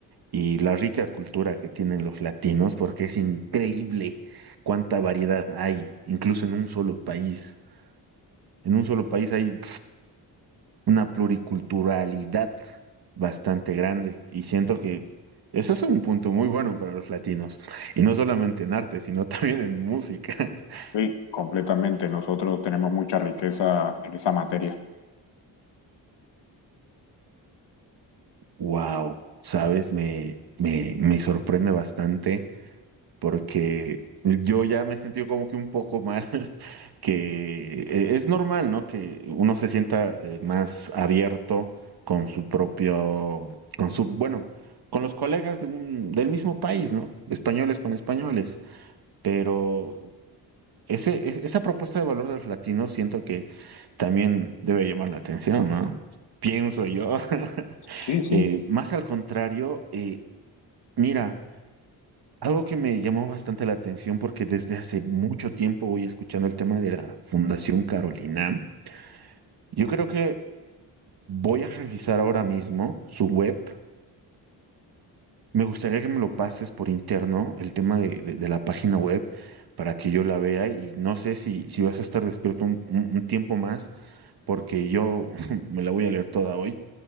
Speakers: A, on the right; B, on the left.
A: y la rica cultura que tienen los latinos, porque es increíble cuánta variedad hay, incluso en un solo país. En un solo país hay una pluriculturalidad bastante grande y siento que eso es un punto muy bueno para los latinos y no solamente en arte, sino <laughs> también en música. <laughs>
B: sí, completamente. Nosotros tenemos mucha riqueza en esa materia.
A: Wow, sabes, me, me, me sorprende bastante porque yo ya me he sentido como que un poco mal, <laughs> que eh, es normal, ¿no? Que uno se sienta eh, más abierto con su propio, con su, bueno, con los colegas de un- del mismo país, ¿no? Españoles con españoles. Pero ese, es- esa propuesta de valor de los latinos siento que también debe llamar la atención, ¿no? Pienso yo. <laughs>
B: Sí, sí.
A: Eh, más al contrario, eh, mira, algo que me llamó bastante la atención porque desde hace mucho tiempo voy escuchando el tema de la Fundación Carolina. Yo creo que voy a revisar ahora mismo su web Me gustaría que me lo pases por interno, el tema de, de- de la página web, para que yo la vea y no sé si, si vas a estar despierto un, un- un tiempo más, porque yo <laughs> me la voy a leer toda hoy